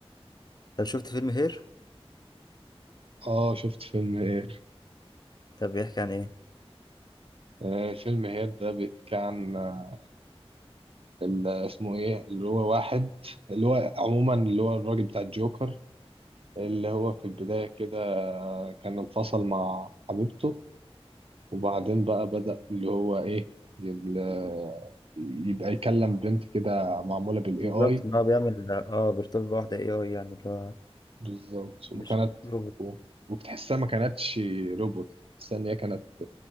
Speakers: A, on the left; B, on the right.
A: طب شفت فيلم هير
B: اه شفت فيلم هير
A: طب بيحكي عن إيه
B: آه فيلم هير ده بيحكي عن آه، ال- اسمه ايه اللي هو واحد اللي هو عموما اللي هو الراجل بتاع الجوكر اللي هو في البداية كده آه، كان انفصل مع حبيبته وبعدين بقى بدأ اللي هو ايه يل- آه، يبقى يكلم بنت كده معمولة بالاي
A: بالظبط
B: اي
A: إن هو بيعمل اه بيرتبط بواحدة اي اي يعني اللي هو
B: بالظبط وكانت
A: مش روبوت
B: و- وبتحسها ما كانتش روبوت تحسها ان هي كانت